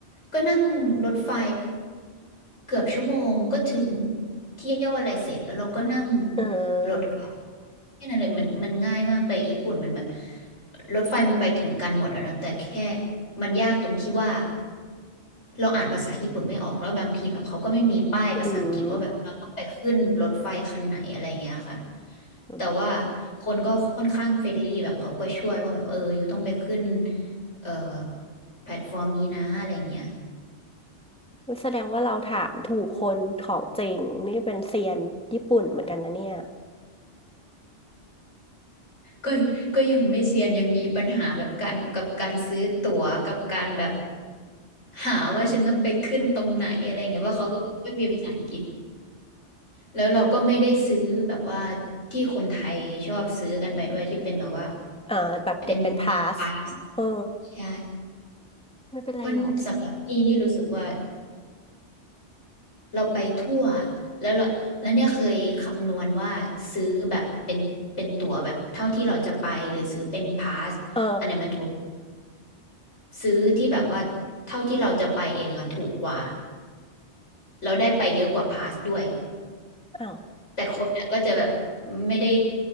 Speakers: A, on the left (about 80°); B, in the centre.
A: ก็นั่งรถไฟ เกือบชั่วโมงก็ถึงเที่ยวอะไรเสร็จแล้วเราก็นั่ง
B: เออ
A: รถกลับแค่นั้นเลยมันมันง่ายมากไปญี่ปุ่นมันแบบรถไฟมันไปถึงกันหมดอะเนอะแต่แค่มันยากตรงที่ว่าเราอ่านภาษาญี่ปุ่นไม่ออกแล้วบางทีแบบเขาก็ไม่มีป้ายภาษาอังกฤษว่าแบบเราต้องไปขึ้นรถไฟคันไหนอะไรเงี้ยค่ะ
B: อืมอืม
A: แต่ว่าคนก็ค่อนข้างเฟรนลี่แบบเขาก็ช่วยว่าแบบเอออยู่ต้องไปขึ้นเอ่อแพลตฟอร์มนี้นะอะไรเงี้ย
B: แสดงว่าเราถามถูกคนของจริงนี่เป็นเซียนญี่ปุ่นเหมือนกันนะเนี่ย
A: ก็ก็ยังไม่เซียนยังมีปัญหาแบบการกับการซื้อตั๋วกับการแบบหาว่าฉันต้องไปขึ้นตรงไหนอะไรเงี้ยเพราะเขาก็ไม่ค่อยมีภาษาอังกฤษแล้วเราก็ไม่ได้ซื้อแบบว่าที่คนไทยชอบซื้อกันไปด้วยที่เป็นแบบว่า
B: เออแบบเด็กเป็นพาส
A: เป็นพาส
B: เออ
A: ใช่
B: ไม่เป็นไรหรอก
A: เพราะสำหรับนี่นี่รู้สึกว่าเราไปทั่วแล้วเราแล้วเนี่ยเคยคำนวณว่าซื้อแบบเป็นเป็นตั๋วแบบเท่าที่เราจะไปหรือซื้อเป็นพาสอันนั้นมันถูก
B: เออ
A: ซื้อที่แบบว่าเท่าที่เราจะไปเองอะถูกกว่าเราได้ไปเยอะกว่าพาสด้วย
B: อ้าว
A: แต่คนอะก็จะแบบไม่ได้